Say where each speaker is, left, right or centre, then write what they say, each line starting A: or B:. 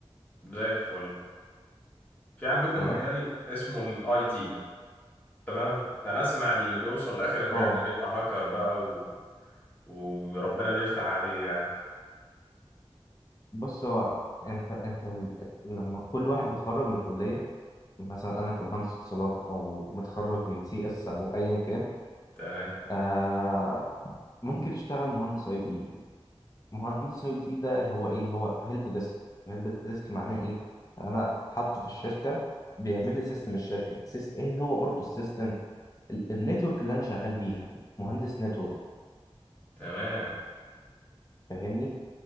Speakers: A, on the left; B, on the left.
A: زي الفل في عندكم
B: تمام
A: مجال اسمه الاي تي تمام انا اسمع اللي بيوصل لاخر المجال
B: اه
A: ده بيبقى هاكر بقى و... وربنا بيفتح عليه يعني
B: بص هو انت انت لما كل واحد بيتخرج من الكليه مثلا انا كمهندس اتصالات او متخرج من سي اس او ايا كان
A: تمام
B: آه ممكن يشتغل مهندس اي تي مهندس اي تي ده هو ايه هو هيلب ديسك هيلب ديسك معناه ايه انا حاطه في الشركه بيعمل لي سيستم الشركه سيست... ايه هو برضو السيستم ال- النتورك اللي انا شغال بيها مهندس نتورك
A: تمام
B: فاهمني